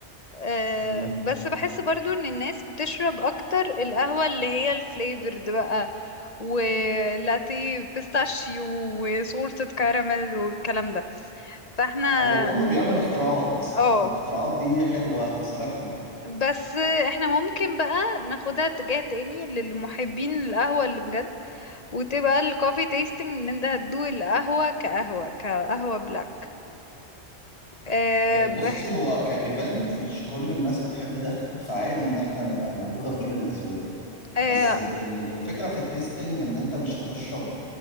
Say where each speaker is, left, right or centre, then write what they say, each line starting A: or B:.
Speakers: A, on the left; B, on the left.
A: آه،
B: مم.
A: بس بحس برضو ان الناس بتشرب اكتر القهوة اللي هي الفليفرد بقى ولاتيه بيستاشيو وصوصة كراميل والكلام ده فاحنا
B: هو كله بيعمل اختراعات
A: اه
B: فالاختراعات دي حلوة في صالحنا
A: بس احنا ممكن بقى ناخدها اتجاه تاني للمحبين القهوة اللي بجد وتبقى الكوفي تيستنج ان انت هتدوق القهوة كقهوة كقهوة بلاك آه
B: آه،
A: بح...
B: بصي هو كايفنت مش كل الناس بتحب ده فعادي ان احنا نبقى موجودة كل الاذواق
A: آه
B: بس ال- ال- الفكرة في التيستنج ان انت مش هتشرب